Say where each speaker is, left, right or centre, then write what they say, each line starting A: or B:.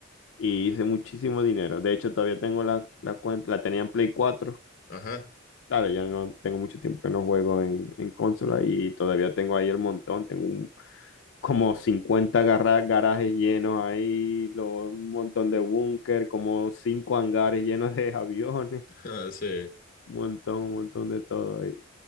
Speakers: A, on the left; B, on the left.
A: Y hice muchísimo dinero. De hecho, todavía tengo la, la cuenta, la tenía en Play cuatro
B: Ajá,
A: Claro, ya no tengo mucho tiempo que no juego en, en consola y todavía tengo ahí el montón. Tengo un- como 50 garra- garajes llenos ahí, lo- un montón de búnker, como cinco hangares llenos de aviones,
B: <laughs> sí.
A: un montón, un montón de todo ahí.